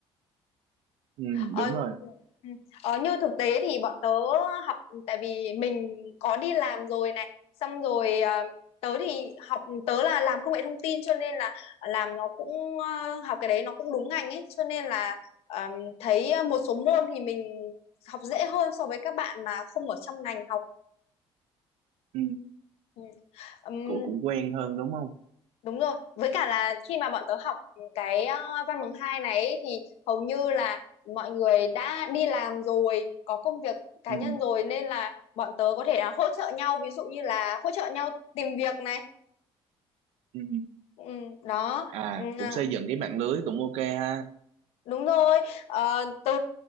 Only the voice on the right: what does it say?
ừ,
đúng rồi
ừ,
cũng cũng quen hơn đúng không
ừ,
ừ.
à
cũng
xây dựng cái mạng lưới cũng ok ha